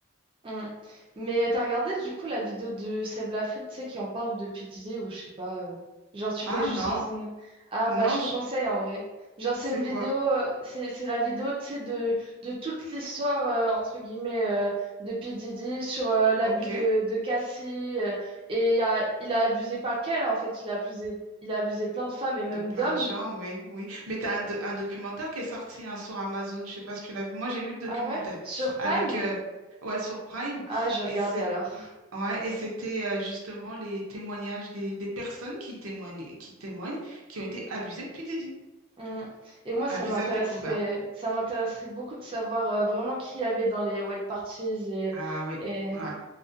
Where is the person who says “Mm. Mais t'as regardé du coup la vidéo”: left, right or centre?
Right